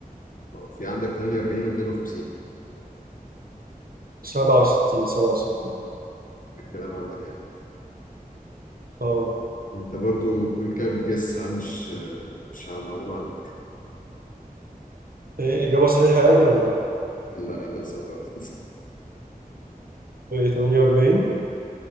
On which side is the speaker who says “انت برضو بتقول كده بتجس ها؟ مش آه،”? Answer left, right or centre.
Left